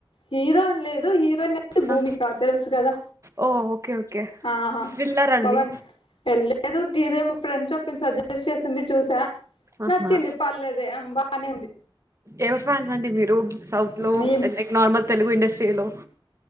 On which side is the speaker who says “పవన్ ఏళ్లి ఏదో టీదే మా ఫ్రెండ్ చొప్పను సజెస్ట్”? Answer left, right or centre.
Left